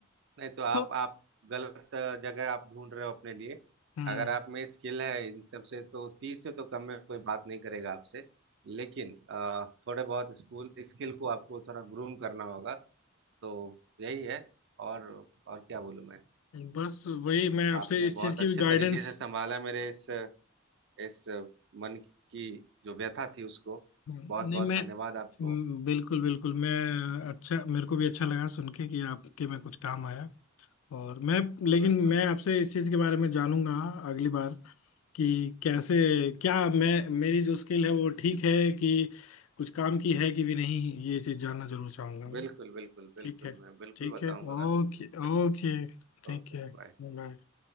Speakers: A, on the right; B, on the left.
A: नहीं तो आप
B: तो
A: आप गलत जगह आप ढूंढ रहे हो अपने लिए
B: हम्म
A: अगर आप में स्किल है इन सब से तो तीस से तो कम में कोई बात नहीं करेगा आपसे लेकिन अ, थोड़े बहुत स्कूल स्किल को आपको थोड़ा ग्रूम करना होगा तो यही है और और क्या बोलूं मैं
B: बस वही मैं आपसे
A: आपने
B: इस
A: बहुत
B: चीज की
A: अच्छे
B: भी गाइडेंस
A: तरीके से संभाला मेरे इस इस मन की जो व्यथा थी उसको
B: नहीं
A: बहुत बहुत
B: मैं
A: धन्यवाद आपको
B: हम्म, बिल्कुल बिल्कुल मैं अच्छा मेरे को भी अच्छा लगा सुन के कि आपके में कुछ काम आया और मैं लेकिन
A: जी बिल्कुल
B: मैं आपसे इस चीज के बारे में जानूंगा अगली बार कि कैसे क्या मैं मेरी जो स्किल है वो ठीक है कि कुछ काम की है कि भी नहीं ये चीज जानना जरूर चाहूंगा मैं
A: बिल्कुल बिल्कुल बिल्कुल
B: ठीक है
A: मैं बिल्कुल
B: ठीक
A: बताऊंगा
B: है ओके
A: चलिए
B: ओके ठीक
A: ओके
B: है
A: बाय
B: बाय